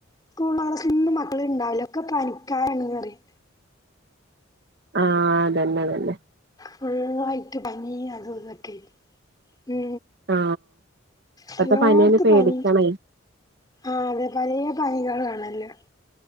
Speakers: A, on the left; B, on the right.
A: സ്കൂളിലു മദ്രസ്സയിലൊന്നും മക്കളുണ്ടാവില്ല ഒക്കെ പനിക്കാരാണ് പറിം
B: ആഹ് അതന്നെതന്നെ
A: ഫുള്ളായിട്ടും പനിയതുതൊക്കെ മ്
B: ആ ഇപ്പത്തെ
A: എല്ലോട്ത്തും
B: പനിയന്നെ പേടിക്കണേ
A: പനിയാ ആഹ് അതെ പലേപനികളാണല്ലൊ